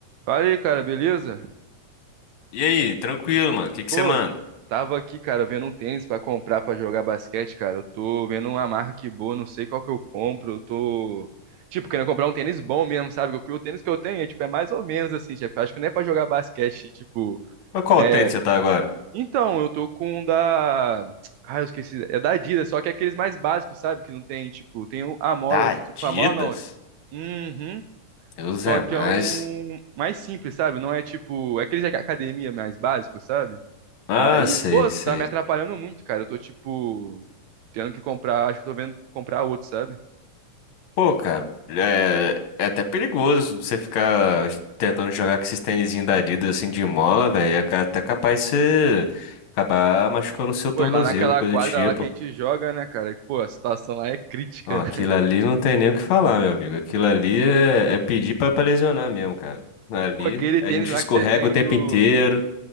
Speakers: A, on the right; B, on the left.
A: Fala aí, cara, beleza?
B: E aí, tranquilo, mano? O que que
A: Pô,
B: você manda?
A: tava aqui, cara, vendo um tênis pra comprar pra jogar basquete, cara. Eu tô vendo uma marca que boa, não sei qual que eu compro. Eu tô, tipo, querendo comprar um tênis bom mesmo, sabe? O, o tênis que eu tenho é, tipo, é mais ou menos assim, tipo, eu acho que não é pra jogar basquete, <laughs> tipo,
B: Mas qual
A: né?
B: tênis você tá agora?
A: Então, eu tô com um da. Ah, eu esqueci. É da Adidas, só que é aqueles mais básicos, sabe? Que não tem, tipo, tem o- a mola,
B: Tá
A: tipo,
B: Adidas?
A: a mola não. Uhum.
B: Deus
A: Só
B: é mais.
A: que é um mais simples, sabe? Não é tipo. É aquele de academia mais básico, sabe?
B: Ah,
A: Aí,
B: sei,
A: pô,
B: sei.
A: tá me atrapalhando muito, cara. Eu tô, tipo, tendo que comprar. Acho que eu tô vendo comprar outro, sabe?
B: Pô, cara, é, é até perigoso você ficar tentando jogar com esses tênisinhos da Adidas assim de mola, velho. É ca- até capaz de você acabar machucando o seu tornozelo,
A: Pô, e lá naquela
B: coisa
A: quadra
B: do tipo.
A: lá que a gente joga, né, cara? Pô, a situação lá é crítica,
B: Ó,
A: né?
B: aquilo
A: <laughs>
B: ali não tem nem o que falar, meu amigo. Aquilo ali é, é pedir pra, pra lesionar mesmo, cara. Ali
A: Pô, aquele
B: a
A: tênis
B: gente
A: lá
B: escorrega
A: que você tem
B: o tempo
A: do.
B: inteiro.